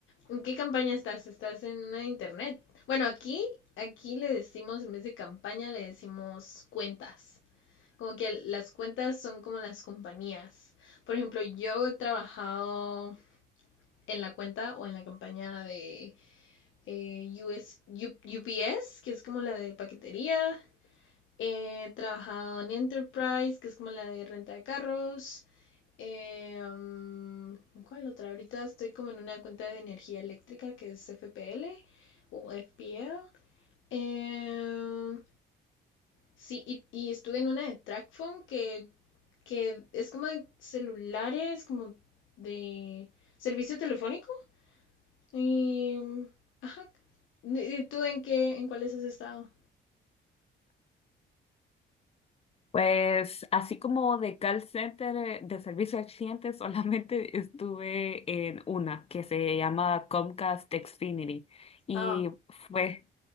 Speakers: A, on the left (about 80°); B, on the left (about 30°).
A: ¿En qué campaña estás? ¿Estás en una de internet? Bueno, aquí, aquí le decimos, en vez de campaña, le decimos cuentas. Como que las cuentas son como las compañías. Por ejemplo, yo he trabajado en la cuenta o en la campaña de eh, US, U- UPS, que es como la de paquetería. He trabajado en Enterprise, que es como la de renta de carros. Eh, um, ¿cuál otra? Ahorita estoy como en una cuenta de energía eléctrica que es FPL o FPL. Eh, sí, y, y estuve en una de TrackPhone que, que es como de celulares, como de servicio telefónico. Y, mm, ajá. y tú en qué, en cuáles has estado?
B: Pues así como de call center, eh, de servicio al cliente, solamente <laughs> estuve en una que se llama Comcast Xfinity y
A: Ah,
B: fue,